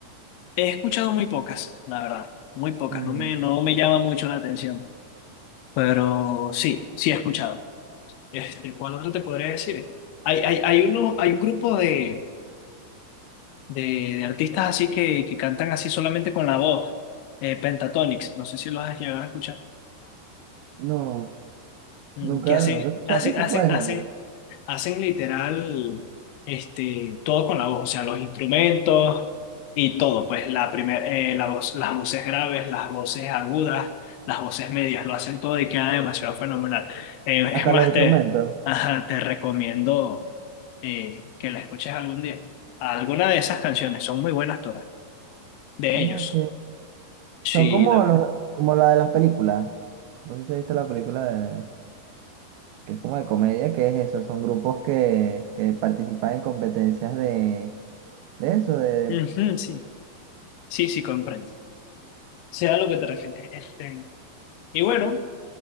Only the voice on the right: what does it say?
Mm,
no,
nunca,
nunca he escuchado
ese
tipo de género.
Hasta
los instrumentos.
Ok.
Son como,
los, como la de las películas. No sé si has visto la película de, que es como de comedia, que es eso. Son grupos que, que participan en competencias de, de eso, de,
de-